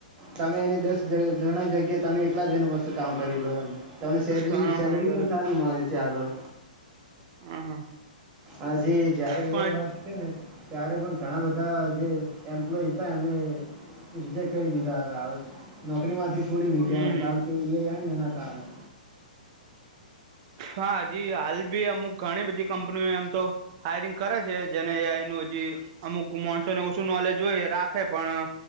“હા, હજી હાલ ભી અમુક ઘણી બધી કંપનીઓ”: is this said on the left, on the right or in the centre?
Right